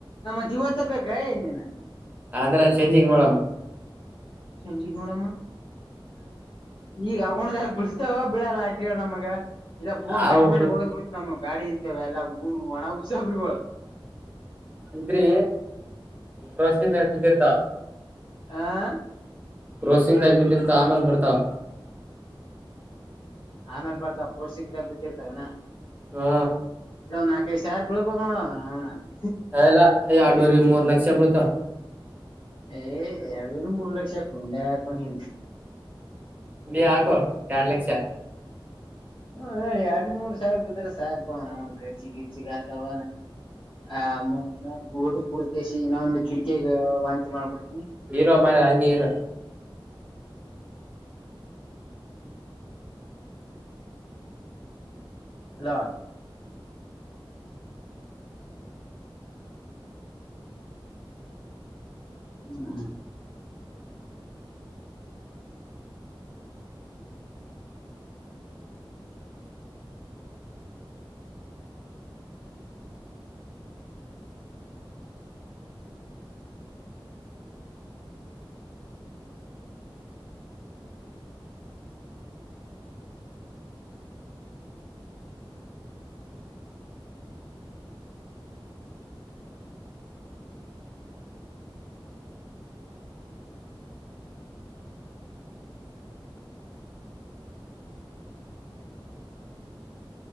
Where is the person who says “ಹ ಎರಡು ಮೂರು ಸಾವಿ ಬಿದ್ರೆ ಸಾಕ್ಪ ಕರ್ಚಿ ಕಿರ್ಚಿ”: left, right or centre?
Left